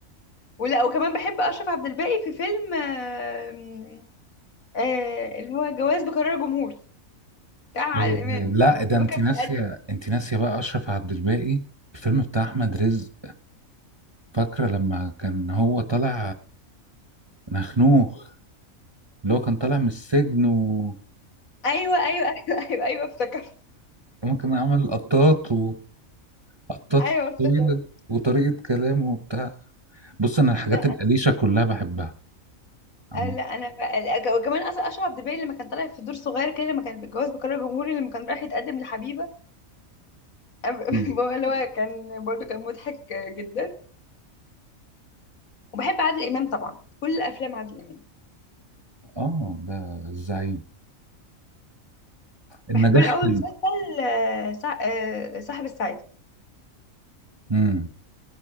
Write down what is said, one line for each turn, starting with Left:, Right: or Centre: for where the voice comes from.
Left: ولا وكمان بحب اشرف عبد الباقي في فيلم آه، م- آه، اللي هو جواز بقرار جمهور بتاع عادل
Right: إيه،
Left: امام
Right: لا ده انت
Left: هو كان
Right: ناسيه
Left: بيقدم-
Right: انت ناسيه بقى اشرف عبد الباقي الفيلم بتاع احمد رزق فاكره لما كان هو طالع نخنوخ اللي هو كان طالع من السجن وواحد
Left: ايوه ايوه ايوه ايوه ايوه افتكرت
Right: ممكن عمل قطاط وقطاط
Left: ايوه افتكرت
Right: طويله وطريقه كلامه وبتاع بص انا الحاجات
Left: لا
Right: القليشه كلها بحبها عم-
Left: آه، لا انا بقى لا، وكمان اصلا اشرف عبد الباقي لما كان طالع في دور صغير كده لما كان في جواز بقرار جمهوري لما كان رايح يتقدم لحبيبه أنا ب- <laughs>
Right: أيوه.
Left: هو اللي هو كان برضه كان مضحك جدا وبحب عادل امام طبعا كل افلام عادل امام
Right: اه ده الزعيم النجاح
Left: بحب له قوي
Right: حلو
Left: مسلسل آه، سا- آه، صاحب السعادة
Right: امم